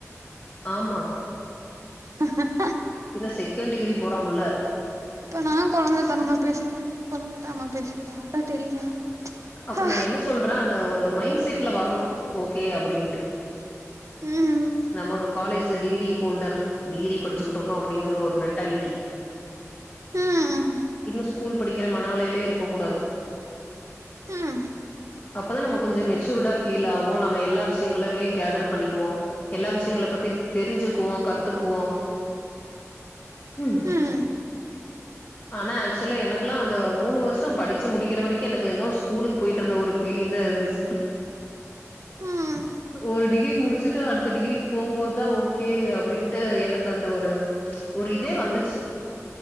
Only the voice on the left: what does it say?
ஆமா
பின்ன செகண்ட் டிகிரி போறாம்ல்ல
அப்ப
நான் என்ன சொல்றேன் அ இந்த ஒரு மைண்ட் செட்ல வரணும் ஓகே அப்படின்ட்டு
நம்ம ஒரு காலேஜ் டிகிரி ஹோல்டர் டிகிரி படிச்சிட்டு இருக்கோம் அப்படிங்கிற ஒரு மென்டாலிட்டி
இன்னும் ஸ்கூல் படிக்கிற மனநிலையில இருக்க கூடாது
அப்பதான் நம்ம கொஞ்சம் மெச்சூர்டா ஃபீல் ஆகோம் நம்ம எல்லா விஷயங்கமே கேதர் பண்ணிக்குவோம் எல்லா விஷயங்கள பத்தி தெரிஞ்சுக்குவோம் கத்துக்குவோம் உஹம்
ஆனா ஆக்சுவலா எனக்கெல்லாம் அந்த மூணு வருஷம் படிச்சு முடிக்கிற வரைக்கும் எனக்கு இன்னும் ஸ்கூலுக்கு போயிட்டு இருந்த ஒரு பீலிங் தான் இருந்துச்சு
ஒரு டிகிரி முடிச்சுட்டு அடுத்த டிகிரிக்கு போகும்போதுதான் ஓகே அப்படின்ட்டு எனக்கு அந்த ஒரு ஒரு இதே வந்துச்சு